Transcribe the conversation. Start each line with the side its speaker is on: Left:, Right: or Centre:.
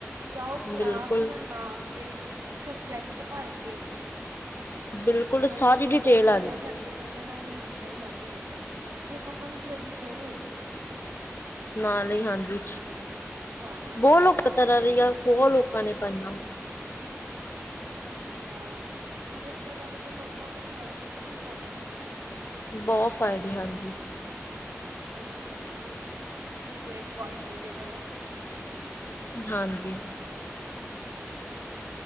Right: ਜਾਂ ਉਹ ਕਲਾਸ
Left: ਬਿਲਕੁਲ
Right: ਦਾ ਨਾਮ। ਤੇ ਸਬਜੈਕਟ ਭਰ ਕੇ
Left: ਬਿਲਕੁਲ
Right: ਹੈਣਾ,
Left: ਸਾਰੀ ਡਿਟੇਲ
Right: ਚਾਹੇ ਪਹਿਲਾਂ
Left: ਆ ਜੇ
Right: ਚੈਪਟਰ ਕੱਢਣਾ ਚਾਹੇ ਜਿੱਦਾਂ ਮਰਜ਼ੀ ਕੱਢਣਾ। ਦੇਖੋ ਆਪਾਂ ਨੂੰ ਜਦੀ ਸ਼ੋਅ ਹੋ ਜਾਂਦਾ।
Left: ਨਾਲ ਹੀ ਹਾਂਜੀ।
Right: ਸਾਰਾ ਕੁਛ
Left: ਬਹੁ ਲੋਕ
Right: ਹਨਾ
Left: ਤਰ੍ਹਾਂ ਰਿਆਂ ਬਹੁਤ ਲੋਕਾਂ ਨੇ ਪਾਈਆਂ।
Right: ਹਾਂਜੀ-ਹਾਂ, ਵੀ ਦੇਖਿਆ ਜਾਵੇ ਤਾਂ ਲੋਕਾਂ ਨੂੰ ਫਾਇਦੇ ਹੀ ਬਹੁਤ ਨੇ।
Left: ਬਹੁਤ ਫਾਇਦੇ ਹਾਂਜੀ।
Right: ਹਾਂਜੀ-ਹਾਂਜੀ ਦੇ ਵੇਖੋ ਕਿੰਨੇ ਫਾਇਦੇ ਨੇ ਹੈਨਾ।
Left: ਹਾਂਜੀ।